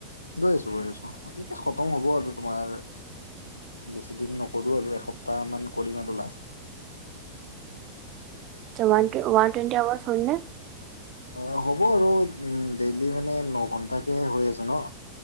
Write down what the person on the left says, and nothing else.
গৈ আছো গৈ আছো। এতিয়া খতম হ'ব আৰু তোমাৰ বেছি দিন নকৰোঁ আৰু এসপ্তাহমান কৰিম আৰু লাষ্ট।
অ' হ'ব আৰু ডেইলি মানে ন ঘণ্টাকে হৈ আছে ন।